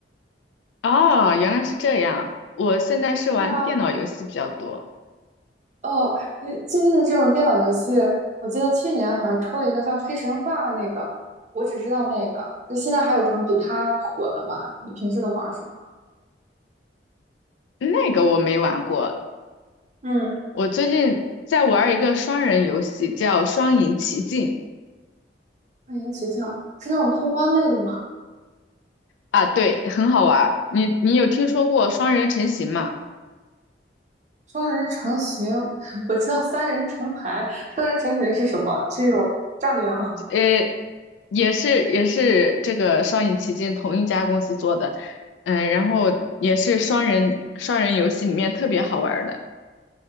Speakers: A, on the left; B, on the right.
A: 哦，原来是这样。我现在是玩电脑游戏比较多。
B: 对啊。哦，你最近的这种电脑游戏，我记得去年好像出了一个叫《黑神话》那个，我只知道那个。就现在还有什么比它火的吗？你平时都玩什么？
A: 那个我没玩过，
B: 嗯，
A: 我最近在玩一个双人游戏，叫《双影奇境》
B: 欢迎琪琪，是那种通关类的吗？
A: 啊，对，很好玩儿你你有听说过双人成行吗？
B: 双人成行，<laughs> 我知道三人成排，双人成行是什么？是一种战略吗？
A: 呃，也是也是这个《双影奇境》同一家公司做的，嗯、然后也是双人双人游戏里面特别好玩儿的，